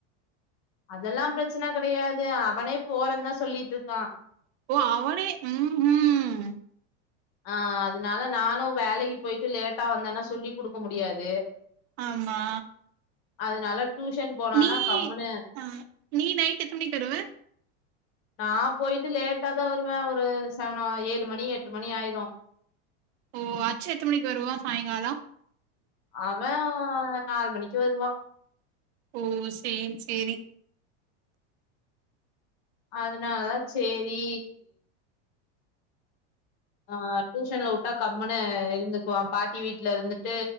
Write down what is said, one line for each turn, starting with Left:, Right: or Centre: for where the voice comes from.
Left: அதெல்லா பிரச்சன கெடையாது அவனே போறன்னு தா சொல்லிட்டு இருக்கா
Right: ஓ அவனே ம் ம்
Left: ஆ அதனால நானு வேலைக்கு போயிட்டு லேட்டா வந்தேன்னா சொல்லி் குடுக்க முடியாது
Right: ஆமா
Left: அதனால டூஷன் போனானா
Right: நீ
Left: கம்முனு
Right: ஆ நீ நைட் எத்தன மணிக்கு வருவ
Left: நா போயிட்டு லேட்டா தா வருவே ஒரு செவனோ ஏழு மணி எட்டு மணி ஆயிரு
Right: ஓ அச்ச எத்த மணிக்கு வருவா சாயங்காலோ
Left: அவெ நாலு மணிக்கு வருவா
Right: ஓ சேரி சேரி
Left: அதனாலதா சேரி ஆ டூஷன்ல வுட்டா கம்முன்னு இருந்துக்குவா பாட்டி வீட்டுல இருந்துட்டு